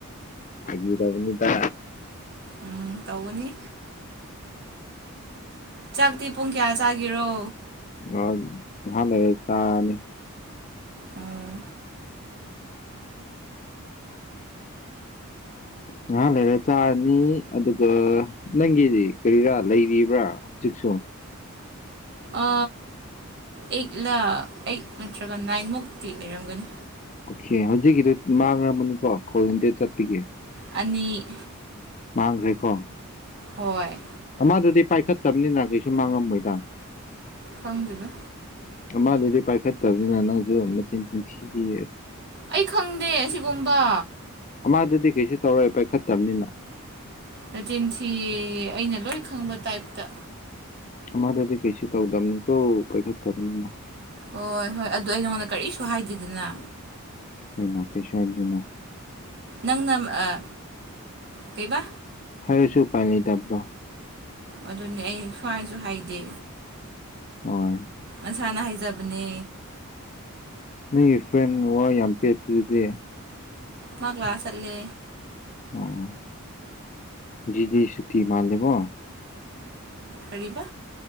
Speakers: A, on the left; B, on the right.
A: ꯐꯥꯒꯤ ꯇꯧꯕꯥꯅꯤꯗ
B: ꯎꯝ ꯇꯧꯒꯅꯤ ꯆꯥꯛꯇꯤ ꯄꯨꯡ ꯀꯌꯥ ꯆꯥꯒꯤꯔꯣ
A: ꯉꯥꯛ ꯉꯥꯏꯍꯥꯛ ꯂꯩꯔ ꯆꯥꯅꯤ
B: ꯑꯣ
A: ꯉꯍꯥꯛ ꯂꯩꯔ ꯆꯥꯔꯅꯤ ꯑꯗꯨꯒ ꯅꯪꯒꯤꯗꯤ ꯀꯔꯤꯔꯥ ꯂꯩꯔꯤꯕ꯭ꯔꯥ ꯍꯧꯖꯤꯛꯁꯨ
B: ꯑ ꯑꯩꯠꯂ ꯑꯩꯠ ꯅꯠꯇ꯭ꯔꯒ ꯅꯥꯏꯟꯃꯨꯛꯇꯤ ꯂꯩꯔꯝꯒꯅꯤ
A: ꯑꯣꯈ‌ꯦ ꯍꯧꯖꯤꯛꯀꯤꯗꯨ ꯃꯥꯡꯉꯃꯅꯤꯀꯣ ꯀꯣꯜ ꯗꯤꯂꯦꯠ ꯆꯠꯒꯤ
B: ꯑꯅꯤ
A: ꯃꯥꯡꯒ꯭ꯔꯦ ꯀꯣ
B: ꯍꯣꯏ
A: ꯑꯃꯗꯨꯗꯤ ꯄꯥꯏꯈꯠꯇꯕꯅꯤꯅ ꯀꯩꯁꯨ ꯃꯥꯡꯉꯝꯃꯣꯏꯗ
B: ꯈꯪꯗꯦꯗꯥ
A: ꯑꯃꯗꯨꯗꯤ ꯄꯥꯏꯈꯠ ꯇꯕꯅꯤꯅ ꯅꯪ ꯑꯗꯨ ꯃꯆꯤꯟ ꯄꯨꯡꯊꯤ ꯊꯤꯌꯦ
B: ꯑꯩ ꯈꯪꯗꯦ ꯑꯁꯤꯒꯨꯝꯕ
A: ꯑꯃꯗꯨꯗꯤ ꯀꯩꯁꯨ ꯇꯧꯔꯣꯏ ꯄꯥꯏꯈꯠ ꯇꯕꯅꯤꯅ
B: ꯃꯆꯤꯟ ꯊꯤꯌꯦ ꯌ‌ꯦ ꯑꯩꯅ ꯂꯣꯏ ꯈꯪꯕ ꯇꯥꯏꯞꯇ
A: ꯑꯃꯗꯗꯤ ꯀꯩꯁꯨ ꯇꯧꯗꯝꯅꯤꯀꯣ ꯄꯥꯏꯈꯠ ꯇꯕꯅꯤꯅ
B: ꯍꯣꯏ ꯍꯣꯏ ꯑꯗꯨ ꯑꯩ ꯅꯉꯣꯟꯗ ꯀꯔꯤꯁꯨ ꯍꯥꯏꯗꯦꯗꯅ
A: ꯎꯝ ꯀꯩꯁꯨ ꯍꯥꯏꯗꯤꯌꯦ
B: ꯅꯪꯅ ꯑꯥ ꯀꯩꯕ
A: ꯍꯥꯏꯔꯁꯨ ꯄꯥꯏꯅꯤꯡ ꯗꯥꯕꯗꯣ
B: ꯑꯗꯨꯅꯦ ꯑꯩ ꯁꯨ꯭ꯋꯥꯏꯖꯨ ꯍꯥꯏꯗꯦ
A: ꯍ‌ꯣꯏ
B: ꯃꯁꯥꯅ ꯍꯥꯏꯖꯕꯅꯦ
A: ꯅꯪꯒꯤ ꯐ꯭ꯔꯦꯟ ꯋꯥ ꯌꯥꯝ ꯄꯦꯠꯄ ꯗꯨꯗꯤ
B: ꯃꯥꯥ ꯀꯂꯥꯁ ꯆꯠꯂꯦ
A: ꯑꯣ ꯖꯤꯗꯤ ꯁꯨꯇꯤ ꯃꯥꯜꯂꯦꯕꯣ
B: ꯀꯔꯤꯕ